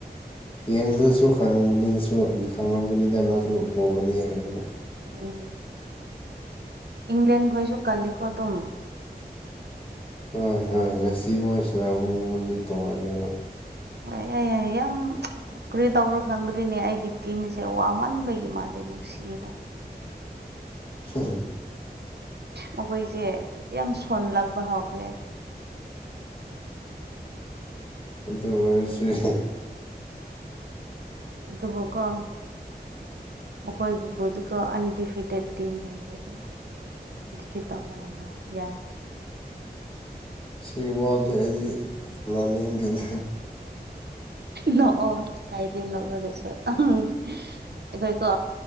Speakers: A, on the left (about 30°); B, on the right (about 80°).
A: ꯌꯦꯡꯗꯁꯨ ꯈꯪꯉꯝꯒꯅꯤ ꯅꯪꯁꯨ ꯈꯪꯉꯝꯒꯅꯤꯗ ꯅꯪꯁꯨ ꯄꯣꯒꯅꯤ ꯍꯥꯏꯕꯗꯣ
B: ꯎꯝ ꯏꯪꯂꯦꯟ ꯈꯣꯏꯁꯨ ꯀꯜꯂꯦꯀꯣ ꯑꯗꯨꯝ
A: ꯍꯣꯏ ꯍꯣꯏ ꯉꯁꯤ ꯃꯣꯏ ꯁꯅꯥꯅꯕ ꯃꯉꯣꯟꯗꯤ ꯇꯣꯡꯉꯜꯂꯦ
B: ꯍꯣꯏ ꯌꯥꯏ ꯌꯥꯏ ꯌꯥꯝ ꯀꯔꯤ ꯇꯧꯕ꯭ꯔꯥ ꯈꯪꯗ꯭ꯔꯤꯅꯦ ꯑꯩꯒꯤ ꯇꯤꯝꯁꯦ ꯋꯥꯃꯟꯕꯒꯤ ꯃꯥꯜꯂꯦ ꯅꯨꯡꯁꯤꯗ
A: ꯍꯨꯝ ꯍꯨꯝ
B: ꯃꯈꯣꯏꯁꯦ ꯌꯥꯝ ꯁꯣꯜꯂꯛꯄ ꯍꯧꯈ꯭ꯔꯦ
A: ꯑꯗꯨ ꯑꯣꯏꯔꯁꯨꯌꯦꯍꯦ
B: ꯑꯗꯨꯕꯨ ꯀꯣ ꯃꯈꯣꯏꯒꯤꯕꯨꯗꯤꯀꯣ ꯑꯟꯗꯤꯐꯤꯇꯦꯠ ꯇꯤꯝꯅꯤ ꯃꯈꯣꯏꯗꯤ ꯗꯤꯐꯤꯠ ꯇꯧꯕ ꯉꯝꯂꯣꯏ ꯌꯥ
A: ꯁꯤ ꯋꯥꯗꯤ ꯑꯩ ꯉꯥꯡꯅꯤꯡꯗꯦꯗ
B: ꯅꯣꯛꯑꯣ ꯀꯥꯏꯗꯦ ꯅꯣꯛꯔꯒꯁꯨ ꯑꯩꯈꯣꯏꯀꯣ